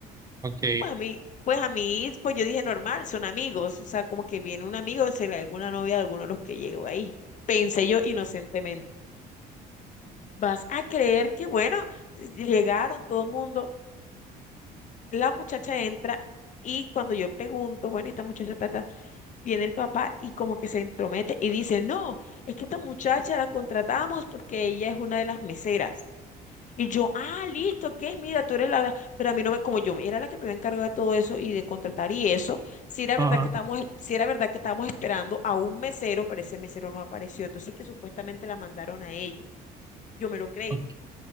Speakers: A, on the right; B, on the left.
A: Ok,
B: Pues a mí, pues a mí, pues yo dije normal, son amigos, o sea, como que viene un amigo, será alguna novia de alguno de los que llegó ahí, pensé yo inocentemente. Vas a creer que, bueno, llegaron todo el mundo La muchacha entra y cuando yo pregunto, bueno, esta muchacha ta, viene el papá y como que se entromete y dice, no, es que esta muchacha la contratamos porque ella es una de las meseras. Y yo, ah, listo, ok, mira, tú eres la, pero a mí no me, como yo era la que me había encargado de todo eso y de contratar y eso, si era
A: Ajá.
B: verdad que estábamos, si era verdad que estábamos esperando a un mesero, pero ese mesero no apareció, entonces que supuestamente la mandaron a ella. Yo me lo creí,
A: ok.